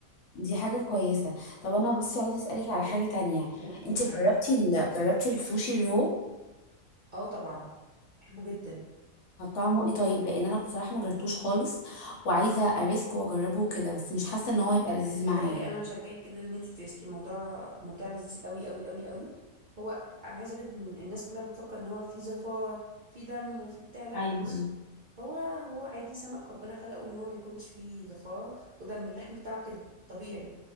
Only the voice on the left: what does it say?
دي حاجة كويسة طب انا بس عايزة اسألك على حاجة تانية
انتي
جربتي ال... جربتي السوشي الرو
طب طعمه ايه طيب لان انا بصراحة ما جربتوش خالص وعايزة اريسك واجربه كده بس مش حاسة ان هو هيبقى لذيذ معايا
ايوه